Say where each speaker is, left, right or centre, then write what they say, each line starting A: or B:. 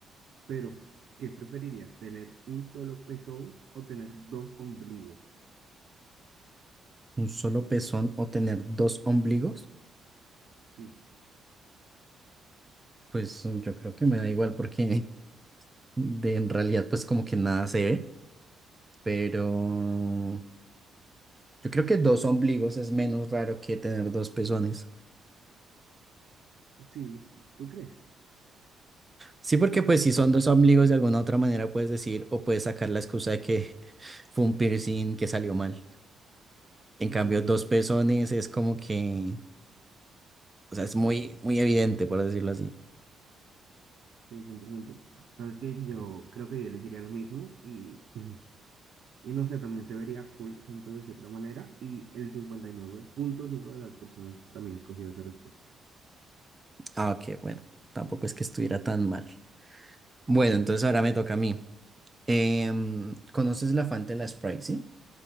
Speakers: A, on the right (about 65°); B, on the right (about 20°).
A: Pero, ¿qué preferirías? ¿Tener un solo pezón o tener dos ombligos?
B: un solo pezón o tener dos ombligos,
A: Sí,
B: pues mm, yo creo que me da igual porque <laughs> de, en realidad pues como que nada se ve, pero yo creo que dos ombligos es menos raro que tener dos pezones.
A: sí, ¿tú crees?
B: Sí, porque pues si son dos ombligos de alguna otra manera puedes decir o puedes sacar la excusa de que <laughs> fue un piercing que salió mal. En cambio,
A: Ah, bueno,
B: dos pezones es como que, o sea, es muy, muy evidente, por decirlo así.
A: sí, cien por ciento Sabes que yo creo que yo elegiría lo mismo y, <laughs> y no sé, también se vería cool, siento de cierta manera, y el cincuenta y nueve punto cinco de las personas también escogió esa respuesta.
B: Ah, ok, bueno, tampoco es que estuviera tan mal. Bueno, entonces ahora me toca a mí. Em, ¿conoces la Fanta y la Sprite, sí?